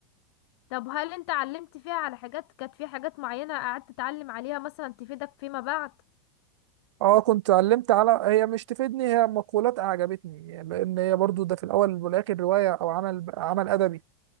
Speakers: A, on the left; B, on the right.
A: طب هل أنت علمت فيها على حاجات كانت في حاجات معينة قعدت تتعلم عليها مثلا تفيدك فيما بعد
B: اه كنت علمت على هي مش تفيدني هي مقولات اعجبتني لان هي برضو ده في الاول والاخر روايه او عمل عمل ادبي